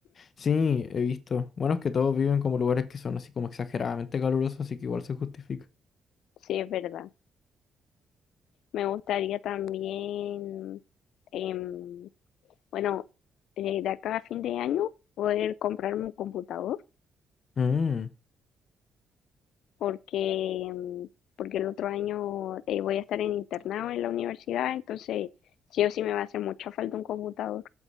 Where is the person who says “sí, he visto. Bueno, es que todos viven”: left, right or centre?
Left